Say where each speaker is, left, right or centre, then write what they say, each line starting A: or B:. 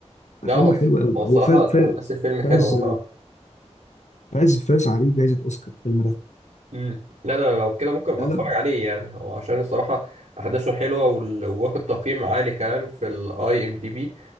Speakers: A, on the right (about 85°); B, on the left (about 80°).
A: لا
B: ففيلم
A: هو الص-
B: حلو قوي
A: هو الصراحه
B: هو فاز
A: احداث الفيلم حلوه
B: فاز
A: الصراحه
B: فاز فاز عليه جائزه اوسكار الفيلم ده
A: امم لا ده انا لو كده ممكن ابقى
B: لا
A: اتفرج
B: لا
A: عليه يعني هو عشان الصراحه احداثه حلوه وال- وواخد تقييم عالي كمان في الاي ام دي بي